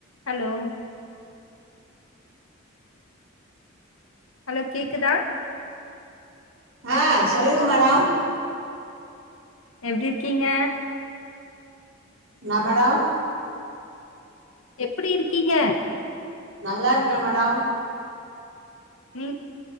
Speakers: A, on the left; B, on the right.
A: ஹலோ ஹலோ கேக்குதா
B: ஆ சொல்லுங்க மேடம்
A: எப்டி இருக்கீங்க
B: என்ன மேடம்
A: எப்பிடி இருக்கீங்க
B: நல்லா இருக்க மேடோ
A: ம்